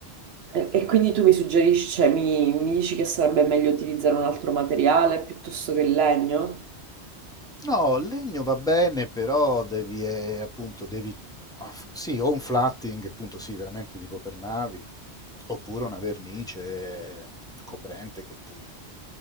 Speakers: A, on the right (about 70°); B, in the centre.
A: e quindi tu mi suggerisci, cioè mi, mi dici che sarebbe meglio utilizzare un altro materiale piuttosto che il legno?
B: No, il legno va bene, però devi, eh, appunto, devi, ah, f- sì, o un flatting, appunto, sì, veramente tipo per navi, oppure una vernice coprente che ti,